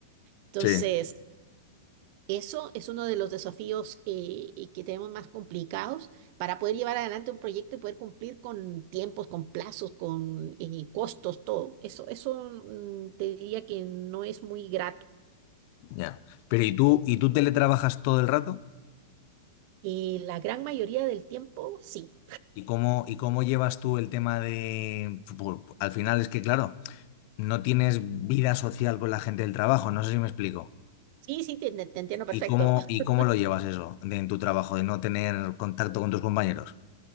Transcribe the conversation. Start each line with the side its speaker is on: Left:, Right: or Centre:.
Right: Entonces,
Left: Sí.
Right: eso es uno de los desafíos eh, y que tenemos más complicados para poder llevar adelante un proyecto y poder cumplir con tiempos, con plazos, con eh, costos, todo. Eso, eso mm, te diría que no es muy grato.
Left: Ya. Pero ¿y tú, y tú teletrabajas todo el rato?
Right: Y la gran mayoría del tiempo, sí.
Left: ¿Y cómo, y cómo llevas tú el tema de... pu- pu- Al final es que, claro, no tienes vida social con la gente del trabajo, no sé si me explico.
Right: Sí, sí, te, te- te entiendo
Left: ¿Y
Right: perfecto.
Left: y cómo,
Right: <laughs>
Left: y cómo lo llevas eso de, en tu trabajo, de no tener contacto con tus compañeros?